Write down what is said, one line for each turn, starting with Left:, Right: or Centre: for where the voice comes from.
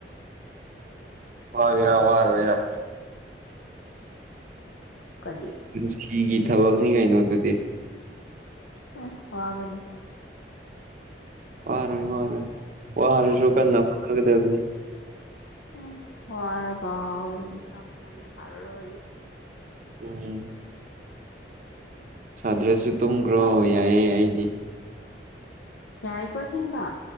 Right: ꯋꯥꯒꯦꯔ ꯋꯥ ꯔꯣꯏꯔ
Left: ꯀꯔꯤ
Right: ꯄꯨꯟꯁꯤꯒꯤ ꯊꯕꯛꯅꯤ ꯀꯩꯅꯣ ꯑꯗꯨꯗꯤ
Left: ꯑ ꯋꯥꯒꯅꯤ
Right: ꯋꯥꯔꯣꯏ ꯋꯥꯔꯣꯏ ꯋꯥꯔꯦꯁꯨꯨ ꯀꯟꯅ ꯒꯗꯝꯅꯤ
Left: ꯎꯝ ꯋꯥꯔꯒ ꯅꯪꯕꯨ ꯋꯥꯔꯤ ꯁꯥꯔꯔꯣꯏ
Right: ꯎꯝ ꯁꯥꯗ꯭ꯔꯁꯨ ꯇꯨꯝꯈ꯭ꯔꯣ ꯌꯥꯏꯑꯦ ꯑꯩꯗꯤ
Left: ꯌꯥꯏꯀꯣ ꯁꯦꯡꯕ